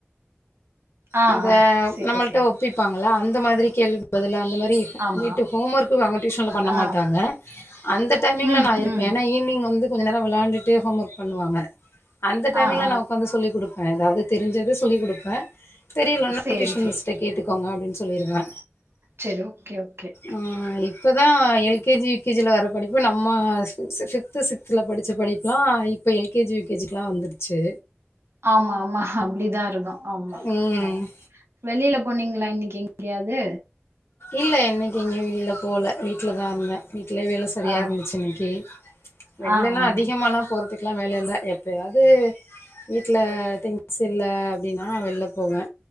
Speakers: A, on the right; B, on the left.
A: ஆ,
B: அந்த
A: ஆ. சரி,
B: நம்மள்ட்ட
A: சரி.
B: ஒப்பிப்பாங்கள அந்த மாதிரி கேள்வி பதில அந்த மாரி
A: ஆமா.
B: வீட்டு ஹோம் ஒர்க்கு அங்க டியூஷன்ல பண்ண
A: ஆ.
B: மாட்டாங்க அந்த டைமிங்ல
A: ம்,
B: நா இருப்பே
A: ம்.
B: ஏனா ஈவினிங் வந்து கொஞ்ச நேர வெளயாண்டிட்டு ஹோம் ஒர்க் பண்ணுவாங்க அந்த டைம்மிங்ல
A: ஆ, ஆ.
B: நமக் உக்காந்து சொல்லி குடுப்பே ஏதாவது தெரிஞ்சது சொல்லி குடுப்பே தெரியலன்னா
A: சரி,
B: டியூஷன்
A: சரி.
B: மிஸ்ட்ட கேட்டுக்கோங்க அப்டின்னு சொல்லிருவே
A: சரி. Okay, okay.
B: ம் இப்பதா L K G U K G யில வர படிப்பு நம்ம ஃபிப்து சிக்ஸ்துல படிச்ச படிப்ல்லா இப்ப L K G U K ஜிக்ல்லா வந்துடுச்சு
A: ஆமா ஆமா அப்டிதா இருக்கு ஆமா
B: ம்
A: ஆ. வெளியில போனீங்ளா இன்னைக்கி எங்காது
B: இல்ல இன்னைக்கி எங்கயு வெளிய போல வீட்லதா இருந்த வீட்லேயே வேல சென் செரியா
A: ஆ
B: இருந்துச்சு இன்னைக்கி வெளியிலல்லா
A: ஆ ஆ
B: அதிகமாலா போறதுக் ட்ல்லா வேல இல்ல எப்பயாது வீட்ல திங்ஸ் இல்ல அப்டின்னா வெள்ல போவே